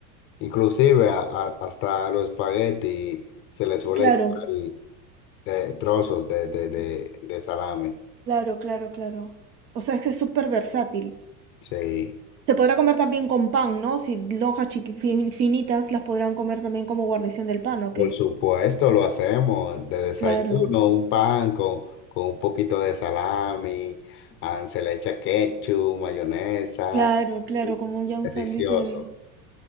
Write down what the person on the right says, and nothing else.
Claro,
claro, claro, claro. O sea, es que es súper versátil.
Se podrá comer también con pan, ¿no? Si lonjas chiqui- fin- finitas las podrán comer también como guarnición del pan, ¿o qué?
Claro,
claro, claro, como un- ya un
sándwich de...